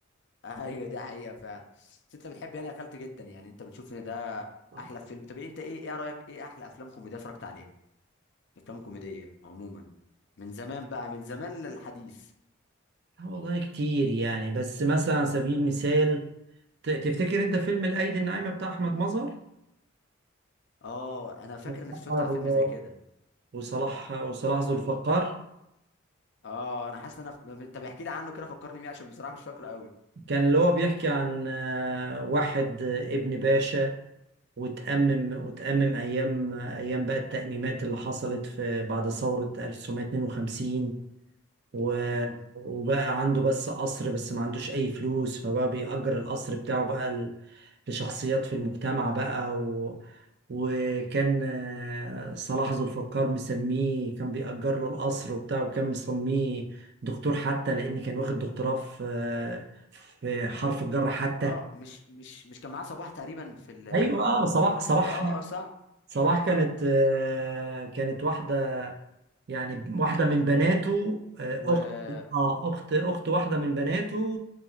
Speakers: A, on the left (about 55°); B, on the right (about 55°).
A: ايوه دي حقيقه فعلا بس انت بتحب يعني يا خالتي جدا يعني انت بتشوف ان ده
B: آه،
A: احلى فيلم طب انت ايه ايه رايك ايه احلى افلام كوميديا اتفرجت عليها افلام كوميديه عموما من زمان بقى من زمان للحديث
B: والله كتير يعني بس مثلا على سبيل المثال ت- تفتكر انت فيلم الايدي الناعمة بتاع احمد مظهر
A: اه انا فاكر
B: <laughs>
A: اني اتفرجت على فيلم زي كده
B: وصلاح وصلاح ذو الفقار
A: اه انا حاسس ان انا ف- طب احكي لي عنه كده فكرني بيه عشان بصراحه مش فاكره قوي
B: كان اللي هو بيحكي عن آه، واحد آه، ابن باشا وتأمم وتأمم أيام أيام بقى التأميمات اللي حصلت في بعد ثورة 1952 و
A: امم
B: وبقى عنده بس قصر بس ما عندوش أي فلوس فبقى بيأجر القصر بتاعه بقى لشخصيات في المجتمع بقى و... وكان آه، صلاح ذو الفقار مسميه كان بيأجر له القصر وبتاع وكان مسميه دكتور حتى لأن كان واخد دكتوراه في آه، في حرف الجر حتى
A: اه مش مش مش كان معاه صباح تقريبا في ال
B: ايوه اه صباح صباح
A: اه اه صح
B: صباح كانت آه، كانت واحدة يعني واحدة من بناته آه،
A: و,
B: أخت اه
A: و...
B: أخت أخت واحدة من بناته